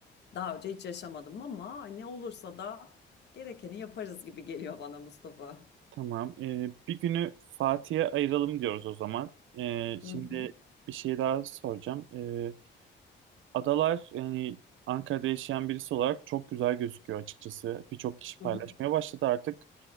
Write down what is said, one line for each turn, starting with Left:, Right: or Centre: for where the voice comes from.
Left: Daha önce hiç yaşamadım ama hani olursa da gerekeni yaparız gibi geliyor bana Mustafa.
Right: Tamam. Ee, bir günü Fatih'e ayıralım diyoruz o zaman. Ee, şimdi
Left: Hı hı,
Right: bir şey daha soracağım. Ee, adalar yani Ankara'da yaşayan birisi olarak çok güzel gözüküyor açıkçası. Birçok kişi
Left: hı
Right: paylaşmaya
Left: hı,
Right: başladı artık.